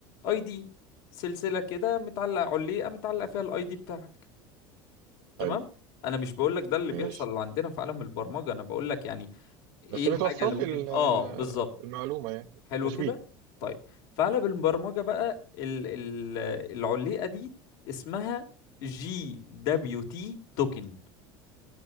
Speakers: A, on the left; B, on the right.
A: اي دي سلسلة كده متعلقة علية متعلقة فيها الاي دي بتاعك تمام
B: حلو
A: انا مش بقول لك ده اللي
B: ماشي
A: بيحصل عندنا في عالم البرمجه انا بقول لك يعني ايه
B: بس
A: الحاجه
B: بتوصل
A: اللي ممكن
B: لي ال-
A: اه بالظبط
B: المعلومة يعني
A: حلو
B: تشبيه
A: كده طيب في عالم البرمجه بقى ال... ال... العليقه دي اسمها جي دبليو تي توكن